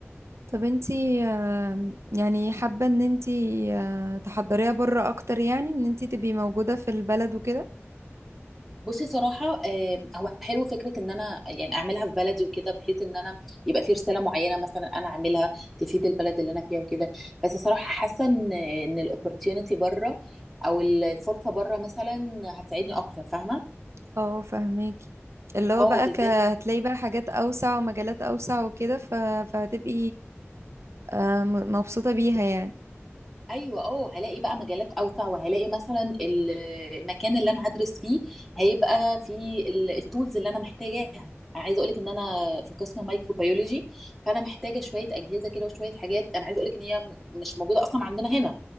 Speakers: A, on the right (about 70°); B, in the centre.
A: طب انتي آه، يعني حابة ان انتي آه، تحضريها بره اكتر يعني ان انتي تبقي موجودة في البلد وكده؟
B: بصي صراحه آم، هو حلو فكره ان انا يعني اعملها في بلدي وكده بحيث ان انا يبقى في رساله معينه مثلا انا اعملها تفيد البلد اللي انا فيها وكده بس صراحه حاسه ان ان الاوبورتيونيتي بره او الفرصه بره مثلا هتساعدني اكتر فاهمه
A: اه فهماكي اللي هو
B: اه
A: بقى
B: بالذات
A: ك... هتلاقي بقى حاجات اوسع ومجالات اوسع وكده ف... فهتبقي آه، م- مبسوطة بيها يعني
B: ايوه اه هلاقي بقى مجالات اوسع وهلاقي مثلا ال- المكان اللي انا هدرس فيه هيبقى فيه ال- التولز اللي انا محتاجاها انا عايزه اقولك ان انا في قسم مايكروبيولوجي فانا محتاجه شويه اجهزه كده وشويه حاجات انا عايزه اقولك ان هي م- مش موجوده اصلا عندنا هنا